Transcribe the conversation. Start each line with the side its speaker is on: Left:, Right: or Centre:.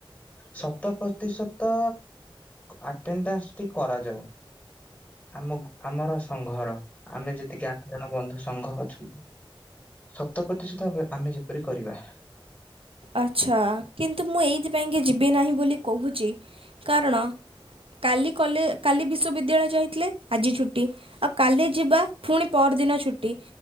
Left: ଶତ ପ୍ରତିଶତ ଆଟେଣ୍ଡଡେନ୍ସ ଟି କରାଯାଉ। ଆମ ଆମର ସଂଘର। ଆମେ ଯେତିକି ଆଠ ଜଣ ବନ୍ଧୁ ସଂଘ ଅଛୁ। ଶତ ପ୍ରତିଶତ ଭାବେ ଆମେ ଯେପରି କରିବା।
Right: ଆଛା କିନ୍ତୁ ମୁଁ ଏଇଥିପାଇଁ କି ଯିବି ନାହିଁ ବୋଲି କହୁଛି କାରଣ କାଲି କଲେ କାଲି ବିଶ୍ୱବିଦ୍ୟାଳୟ ଯାଇଥିଲେ ଆଜି ଛୁଟି ଆଉ କାଲି ଯିବା ପୁଣି ପରଦିନ ଛୁଟି